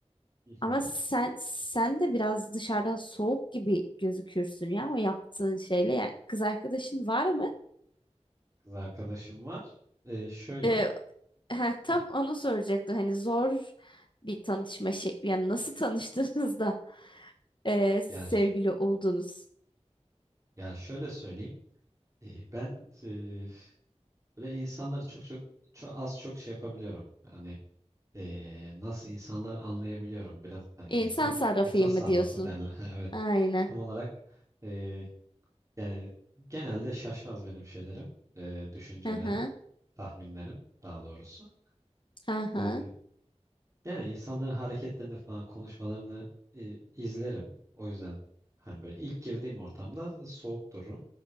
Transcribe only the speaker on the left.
Ama
sen sen de biraz dışarıdan soğuk gibi gözükürsün ya o yaptığın şeyle. Yani kız arkadaşın var mı?
Ee, Heh, tam
onu soracaktım. Hani zor bir tanışma şekli. Yani nasıl tanıştınız da e, sevgili
oldunuz?
İnsan
sarrafıyım
mı diyorsun?
Aynen.
Hı hı.
Hı hı.